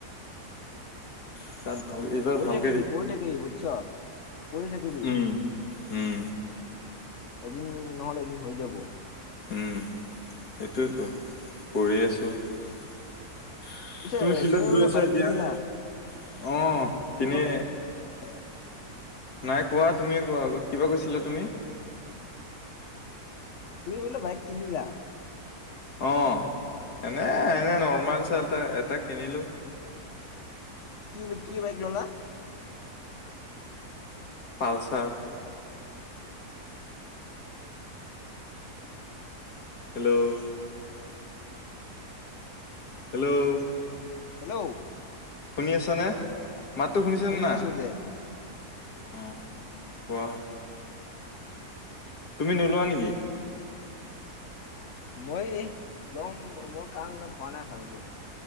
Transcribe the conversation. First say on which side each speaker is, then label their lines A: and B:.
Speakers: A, on the left; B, on the left.
A: উম,
B: তাত ভাল এইবাৰ
A: কৰি
B: ভালকে
A: থাকিবি
B: দিব
A: কৰি থাকিবি বুজছ কৰি থাকিবি
B: উম উম
A: এদিন নহলে এদিন হৈ যাব।
B: সেইটোৱেইতো কৰি আছো তুমি
A: পিছে
B: ফিল্ডত
A: তুমি বোলে
B: গৈ আছা
A: বাইক
B: এতিয়া
A: কিনিলা
B: আহ
A: কি
B: এনে
A: ক'লা?
B: এ নাই কোৱা তুমি কোৱা কিবা কৈছিলা তুমি
A: তুমি বোলা বাইক কিনিলা
B: অ', এনে এনে নৰ্মাল চালটা এটা কিনিলো
A: কি কি বাইক ল'লা
B: পালচাৰ হেল্ল' হেল্ল'
A: হেল্ল'
B: শুনি আছ নে মাতটো শুনিছেনে
A: শুনি
B: নাই
A: আছো দে
B: অ', কোৱা তুমি নোলোৱা নেকি?
A: মই যম মোৰ কাম ইমান হোৱা নাই ভালকে